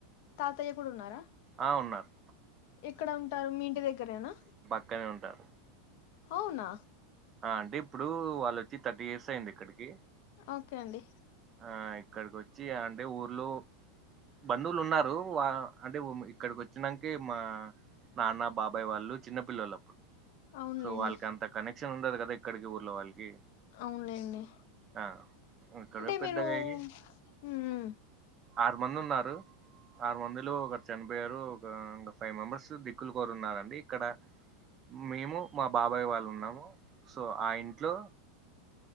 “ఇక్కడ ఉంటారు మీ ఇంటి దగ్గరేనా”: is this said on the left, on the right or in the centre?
Left